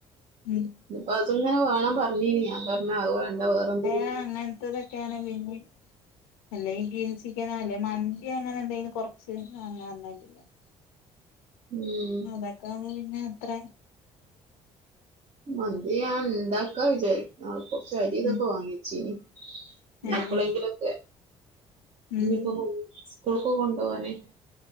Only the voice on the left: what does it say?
ഉം
ഏഹ് അങ്ങൻ ത്തതൊ ക്ക്യാണ് പിന്നിം അല്ലെ ഈ ഗ്രിൽ ചിക്കനോ അല്ലേ മന്തി അങ്ങനെ എന്തെങ്കിലും കൊർച്ച് അങ്ങനെ <unintelligible>
അതൊക്കെ ആവുമ്പോ പിന്നെ അത്ര.
ഉം
ഏഹ്
ഉം